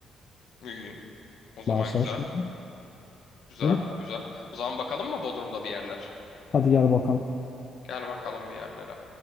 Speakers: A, on the left; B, on the left.
A: İyi. O zaman
B: Ben sana
A: güzel.
B: söyleyeyim.
A: Güzel,
B: Öyle.
A: güzel. O zaman bakalım mı Bodrum'da bir yerler?
B: Hadi gel bakalım.
A: Gel bakalım bir yerlere.